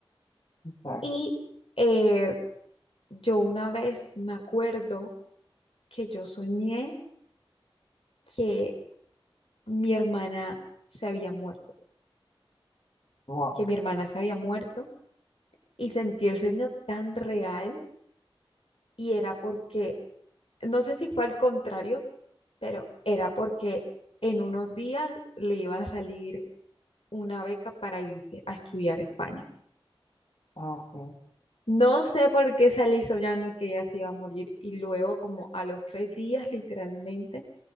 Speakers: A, on the left; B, on the left.
A: Exacto.
B: Y eh, yo una vez me acuerdo que yo soñé que mi hermana se había muerto,
A: Wow.
B: que mi hermana se había muerto y sentí el sueño tan real y era porque, no sé si fue al contrario, pero era porque en unos días le iba a salir una beca para irse a estudiar a España.
A: Ah, ok.
B: No sé por qué salí soñando que ella se iba a morir y luego como a los tres días literalmente